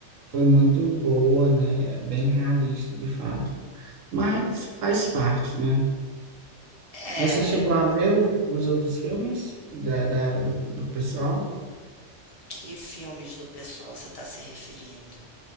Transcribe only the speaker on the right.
foi muito boa, né? É Bem realista, de fato. Mas faz parte, né?
Você
chegou a ver o- os outros filmes da, da- do, do pessoal?